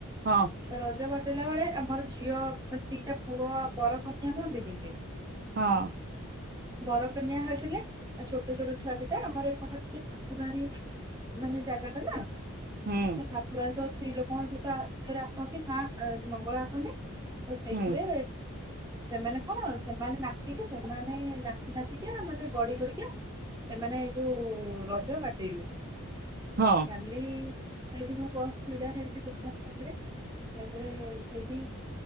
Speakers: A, on the right; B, on the right.
A: ହଁ
B: ରଜ ବାଟ ହେଲା ବେଳେ ଆମର ଝିଅ ମ ଦିଟା ପୁଅ ବରକନ୍ୟା ହୁଅନ୍ତିନିକି
A: ହଁ।
B: ବରକନିଆ ହେଇଥିଲେ ଛୋଟ ଛୋଟ ଛୁଆଦିଇଟା ଆମର ଟ ଟ ଠାକୁରାରେ ମାନେ ଜାଗା ଟା ନା
A: ହୁଁ
B: ତ ଠାକୁର ସ <inaudible> ସ୍ତ୍ରୀ ଲୋକଙ୍କ ସହିତରେ ଆସନ୍ତି ମା ମଙ୍ଗଳ ଆସନ୍ତି। ତ ସେଇଥିରେ।
A: ହୁଁ
B: ସେମାନେ କଣ ସେମାନେ ନାଚିକି ସେ ମାନେ ନାଚି ନାଚିକା ମାନେ ଗଡି ଗଡିକା ସେମାନେ ଏଇ ଯୋଉ ରଜ କାଟେଇବେ
A: ହଁ
B: <inaudible> କାଲି ସେଠ ମ ବହୁ ଚିଡ଼ା ହେଛି ଦ ତାପରେ ସେଠି